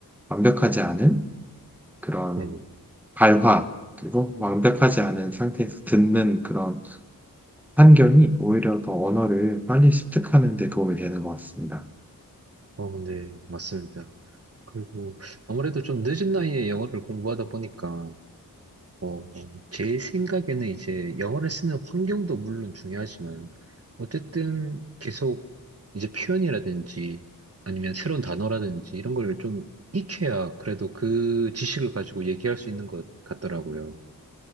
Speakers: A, in the centre; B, on the right (about 40°).
A: 완벽하지 않은 그런
B: 네네.
A: 발화, 그리고 완벽하지 않은 상태에서 듣는 그런 환경이 오히려 더 언어를 빨리 습득하는 데 도움이 되는 것 같습니다.
B: 어, 네. 맞습니다. 그리고 아무래도 좀 늦은 나이에 영어를 공부하다 보니까 어, 제 생각에는 이제 영어를 쓰는 환경도 물론 중요하지만, 어쨌든 계속 이제 표현이라든지 아니면 새로운 단어라든지 이런 걸 좀 익혀야 그래도 그 지식을 가지고 얘기할 수 있는 것 같더라고요.